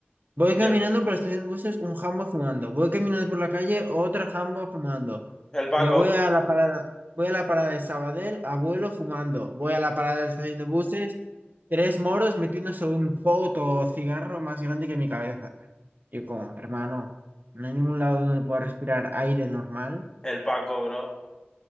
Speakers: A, on the right (about 50°); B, on the left (about 20°).
A: Voy
B: Llega-
A: caminando por la estación de buses, un jambo fumando. Voy caminando por la calle, otro jambo fumando.
B: El Paco.
A: Me voy a la parada, voy a la parada de Sabadell, abuelo fumando. Voy a la parada de la estación de buses, tres moros metiéndose un foto cigarro más grande que mi cabeza. Y como, hermano, no hay ningún lado donde pueda respirar aire normal.
B: El Paco, bro.